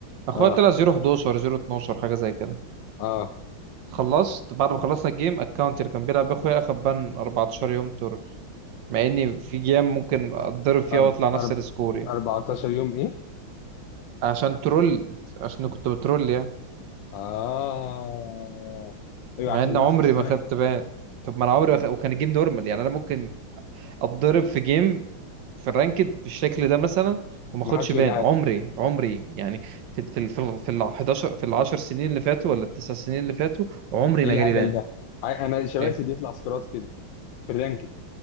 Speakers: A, on the right; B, on the left.
A: اخويا
B: اه
A: طلع 011 012 حاجه زي كده
B: اه
A: خلصت بعد ما خلصنا الجيم اكونت اللي كان بيلعب بيه اخويا اخد بان 14 يوم ترول مع اني في جيم ممكن اتضرب فيها واطلع
B: أرب
A: نفس
B: أرب
A: السكور يعني
B: 14 يوم ايه
A: عشان ترول عشان كنت بترول يعني
B: اه ايوه
A: مع
B: عشان
A: ان
B: دول
A: عمري
B: في السماء
A: ما خدت بان طب ما انا عمري ما خ... وكان الجيم نورمال يعني انا ممكن اتضرب في جيم في الرانكد بالشكل ده مثلا وما اخدش
B: ما حدش
A: بان
B: يقول لي حاجه
A: عمري عمري يعني في في ال- في ال في ال 11 في ال 10 سنين اللي فاتوا ولا التسع سنين اللي فاتوا عمري
B: ايه
A: ما
B: الهبل
A: جالي بان
B: ده ع- انا شباسي
A: ايه
B: بيطلع سكرات كده في الرانكينج